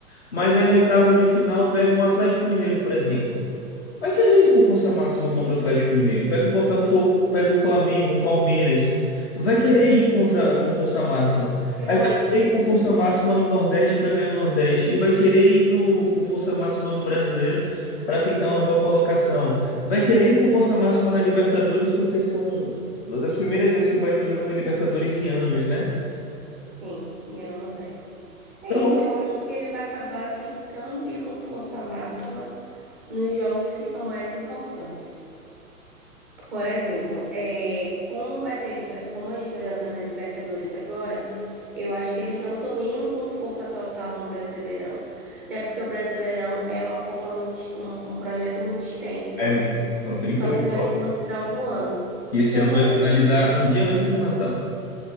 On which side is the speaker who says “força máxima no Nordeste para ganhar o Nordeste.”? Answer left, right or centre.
Left